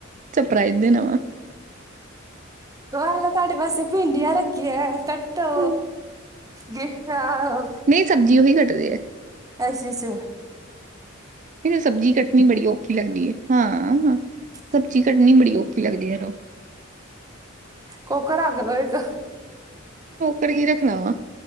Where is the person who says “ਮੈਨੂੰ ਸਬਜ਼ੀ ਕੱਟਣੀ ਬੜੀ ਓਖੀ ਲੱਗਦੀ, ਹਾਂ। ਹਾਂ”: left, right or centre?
Right